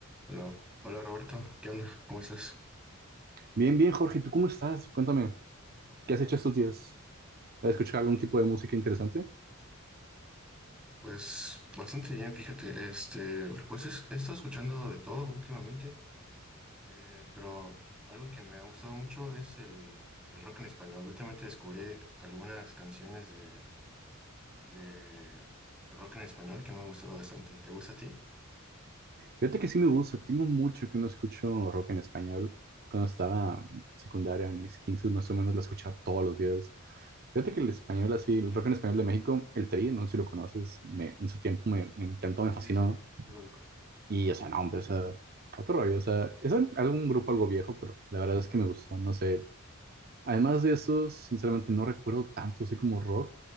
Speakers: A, in the centre; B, on the right.
A: Bueno, hola Roberto, ¿qué onda? ¿Cómo estás?
B: Bien, bien, Jorge, ¿tú cómo estás? Cuéntame, ¿qué has hecho estos días? ¿Has escuchado algún tipo de música interesante?
A: Pues bastante bien, fíjate, este, pues es- he estado escuchando de todo últimamente, eh, pero algo que me ha gustado mucho es el, el rock en español. Últimamente descubrí algunas canciones de, de rock en español que me han gustado bastante. ¿Te gusta a ti?
B: Fíjate que sí me gusta, tengo mucho que no escucho rock en español. Cuando estaba en secundaria, en mis 15 más o menos, la escuchaba todos los días. Fíjate que el español así, el rock en español de México, el Tri, no sé si lo conoces, me- en su tiempo me, me encantó, me fascinó.
A: Sí, sí, sí lo digo.
B: Y, o sea, no, hombre, o sea, otro rollo, o sea, es al- algún grupo algo viejo, pero la verdad es que me gustó, no sé, Además de eso, sinceramente no recuerdo tanto así como rock